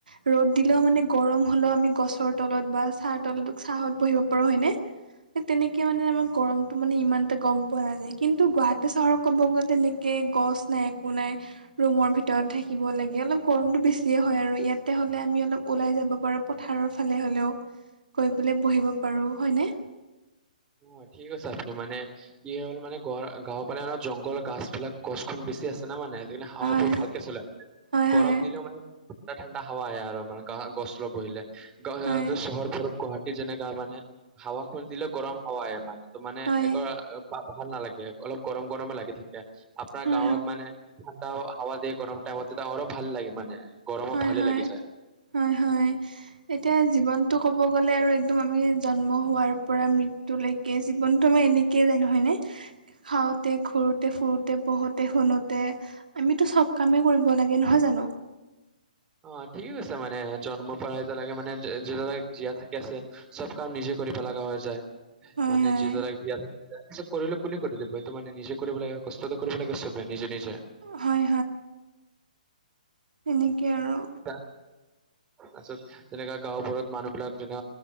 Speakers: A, on the right (about 80°); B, on the right (about 20°).
A: ৰ'দ দিলেও মানে গৰম হ'লেও আমি গছৰ তলত বা চাহ তলত চাহত বহিব পাৰোঁ হয়নে। তেনেকে মানে আমাৰ গৰমটো মানে ইমানতেটা গম পোৱা নাযায় কিন্তু গুৱাহাটী চহৰত ক'ব গ'লে তেনে এ গছ নাই একো নাই। ৰুমৰ ভিতৰত থাকিব লাগে অলপ গৰমটো বেছিয়ে হয় আৰু ইয়াতে হ'লে আমি অলপ ওলাই যাব পাৰোঁ পথাৰৰ ফালে হ'লেও গৈ পেলাই বহিব পাৰোঁ হয়নে।
B: অ' ঠিক কৈছা আপুনি মানে কি হ'ল মানে গ গাঁওৰ পিনে জংঘল গছ বিলাক গছখন বেছি আছে না মানে সেইকাৰনে হাৱাবোৰ
A: হয়
B: ভালকে চলে আ
A: হয়
B: গৰম
A: হয়
B: দিলেও মানে ঠাণ্ডা ঠাণ্ডা হাৱা আহে মানে গছ তলত বহিলে গ
A: হয়
B: চহৰবোৰত যেনেকা মানে হাৱা খুজ দিলেও গৰম হাৱা আহে মানে ত মানে
A: হয়
B: এক ভাল নালাগে অলপ গৰম গৰমে লাগি থাকে আপোনাৰ
A: হয়
B: গাঁৱত মানে ঠাণ্ডা হাৱা দে গৰম টাইমত আৰু ভাল লাগে মানে। গৰমত
A: হয়,
B: ভালে
A: হয়,
B: লাগি যায়।
A: হয়, হয়। এতিয়া জীৱনটো ক'ব গ'লে আৰু একদম আমি জন্ম হোৱাৰ পৰা মৃত্যু টো লকে জীৱনতো আমাৰ এনেকেইে জাই নহয়নে। খাওঁতে ঘূৰোঁতে ফুৰোঁতে পঢ়োঁতে শুনোঁতে আমিতো চব কামেই কৰিব লাগে নহয় জানো।
B: অ', ঠিকে কৈছে মানে জন্ম পৰা এতিয়ালকে মানে যেতিাল জীয়া থাকি আছে। চব কাম নিজে কৰিব লগা হৈ যায়
A: হয়
B: মানে
A: হয়
B: যিদৰে তাৰ পিছত কৰিলে কোনে কৰি দিব এইটো মানে নিজে কৰিব লাগে কষ্টত কৰিব লাগে সবে নিজে নিজে।
A: হয় তেনেকৈ আৰু-
B: তাৰপাছত যেনেকা গাঁওবোৰত মানুহ বিলাক যেনে